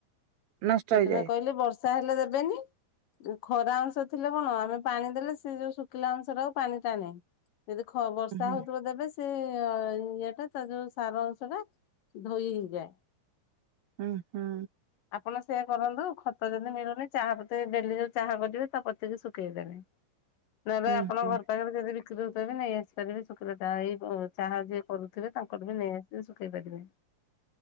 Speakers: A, on the right (about 85°); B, on the left (about 70°).
A: ନଷ୍ଟ
B: ସେଥିପାଇଁ
A: ହେଇଯାଏ।
B: କହିଲି ବର୍ଷା ହେଲେ ଦେବେନି ଯ ଖରା ଅଂଶ ଥିଲେ କଣ ଆମେ ପାଣି ଦେଲେ ସେ ଯୋଉ ଶୁଖିଲା ଅଂଶ ଟାକୁ ପାଣି ଟାଣେ। ଯଦି ଖ ବର୍ଷା
A: ହୁଁ
B: ହଉଥିବ ଦେବେ ସ ସେ ଇଏଟା ତା ଯୋଉ ସାର ଅଂଶ ଟା ଧୋଇ ହେଇଯାଏ।
A: ହୁଁ ହୁଁ।
B: ଆପଣ ସେୟା କରନ୍ତୁ ଖତ ଯଦି ମିଳୁନି ଚାହା ପତି ଡେଲି ଯୋଉ ଚାହା କରିବେ ତା ପତିକି ଶୁଖେଇଦେବେ।
A: <inaudible>
B: ନହେଲେ ଆପଣ
A: ହୁଁ।
B: ଘର ପାଖରେ ଯଦି ବି କ୍ରି ହଉଥିବ ବି ନେଇ ଆସି ପାରିବେ ଶୁଖିଲା ତା ଏଇ ବ ଚାହା ଯିଏ କରୁଥିବେ ତାଙ୍କଠୁ ବି ନେଇ ଆସି ଶୁଖେଇ ପାରିବେ।
A: ଁ